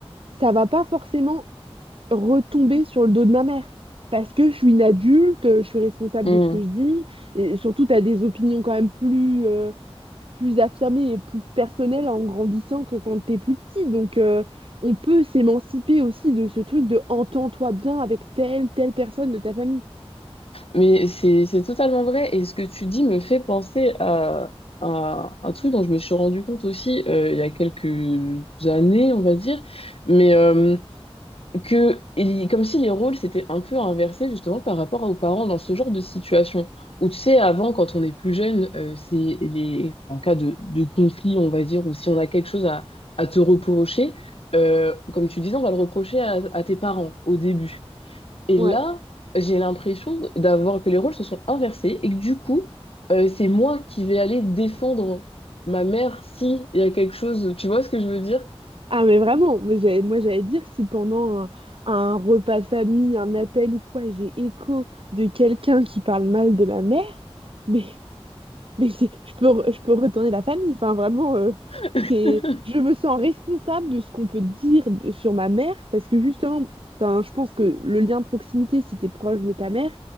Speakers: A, on the right; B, on the left.
A: ça va pas forcément retomber sur le dos de ma mère. Parce que je suis une adulte, euh, je suis responsable
B: hmm.
A: de ce que je dis, et surtout, tu as des opinions quand même plus, euh, plus affirmées et plus personnelles en grandissant que quand t'es plus petit. Donc, euh, on peut s'émanciper aussi de ce truc de entends-toi bien avec telle, telle personne de ta famille.
B: Mais c'est c'est totalement vrai. Et ce que tu dis me fait penser à, à un truc dont je me suis rendu compte aussi euh, il y a quelques années, on va dire, mais euh, que il- comme si les rôles s'étaient un peu inversés justement par rapport aux parents dans ce genre de situation. Où tu sais, avant, quand on est plus jeune, euh, c'est les en cas de, de conflit, on va dire, ou si on a quelque chose à, à te reprocher, euh, comme tu disais, on va le reprocher à à tes parents au début. Et
A: Ouais.
B: là, j'ai l'impression d'avoir que les rôles se sont inversés et que du coup, euh, c'est moi qui vais aller défendre ma mère si il y a quelque chose. Tu vois ce que je veux dire?
A: Ah mais vraiment, moi j'allais moi, j'allais dire si pendant un, un repas de famille, un appel ou quoi, j'ai écho de quelqu'un qui parle mal de ma mère, mais Mais c'est, je peux, re- je peux retourner la famille. Enfin, vraiment, euh,
B: <laughs>
A: c'est, je me sens responsable de ce qu'on peut dire de- sur ma mère parce que justement, enfin, je pense que le lien de proximité, si t'es proche de ta mère,